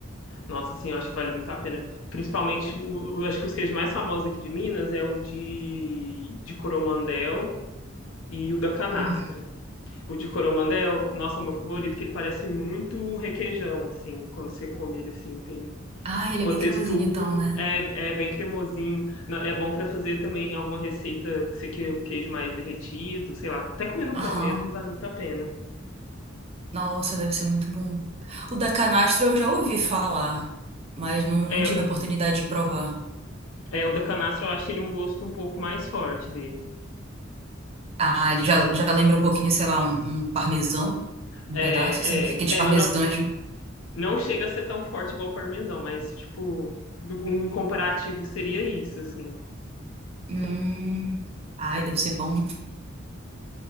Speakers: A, on the left; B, on the right.
A: Nossa, assim, eu acho que vale muito a pena. Principalmente, tipo, o, eu acho que os queijos mais famosos aqui de Minas é o de, de Coromandel e o da canastra.
B: Uhum.
A: O de Coromandel, é, o- nossa, é o meu favorito, que ele parece muito requeijão, assim, quando você come ele, assim, tem,
B: Ah,
A: tipo,
B: ele é bem
A: a textura,
B: cremosinho então, né?
A: é, é bem cremosinho, Na- é bom para fazer também alguma receita que você quer o queijo mais derretido, sei lá, até comer no
B: Aham.
A: pão mesmo vale muito a pena.
B: Nossa, deve ser muito bom. O da canastra eu já ouvi falar, mas não,
A: É,
B: não tive a oportunidade de provar.
A: é, o da canastra eu acho ele um gosto um pouco mais forte dele.
B: Ah, ele já, já lembra um pouquinho, sei lá, um, um parmesão, um
A: É,
B: pedaço, assim, porque aqueles
A: é, é,
B: parmesões.
A: não, não, não chega a ser tão forte igual o parmesão, mas, tipo, do- um comparativo seria isso, assim.
B: Hum, ai, deve ser bom.